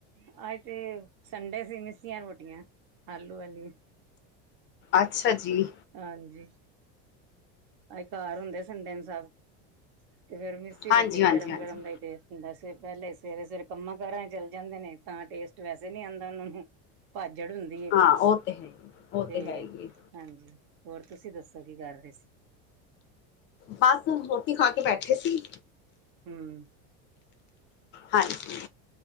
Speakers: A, on the right; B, on the left.
A: ਆ <unintelligible> ਤੇ ਸੰਡੇ ਸੀ, ਮਿਸੀਆਂ ਰੋਟੀਆਂ ਆਲੂ ਵਾਲੀਆਂ।
B: ਅੱਛਾ ਜੀ।
A: ਹਾਂਜੀ। ਅੱਜ ਘਾਰ ਹੁੰਦੇ ਸੰਡੇ ਨੂੰ ਸਬ, ਤੇ ਫੇਰ ਮਿੱਸੀ
B: ਹਾਂਜੀ
A: ਰੋਟੀ
B: ਹਾਂਜੀ
A: ਗਰਮ
B: ਹਾਂਜੀ
A: -ਗਰਮ ਲਾਈ ਦੀ ਏ, ਦੱਸ ਵਜੇ ਪਹਿਲੇ ਸਵੇਰੇ -ਸਵੇਰੇ ਕੰਮਾਂ -ਕਾਰਾਂ ਚ ਚੱਲ ਜਾਂਦੇ ਨੇ, ਤਾਂ ਟੇਸਟ ਵੈਸੇ ਨੀ ਆਉਂਦਾ ਉਹਨਾਂ ਨੂੰ, ਭਾਜੜ ਹੁੰਦੀ ਏ
B: ਹਾਂ ਉਹ ਤੇ ਹੈ ਹੀ, ਉਹ
A: ਤੇ
B: ਹੈ ਹੀ
A: ਹਾਂਜੀ, ਹੋਰ ਤੁਸੀਂ ਦੱਸੋ ਕੀ ਕਰ ਰਹੇ ਸੀ?
B: ਬਸ ਹੁਣ ਰੋਟੀ ਖਾ ਕੇ ਬੈਠੇ ਸੀ।
A: ਹਮ।
B: ਹਾਂਜੀ,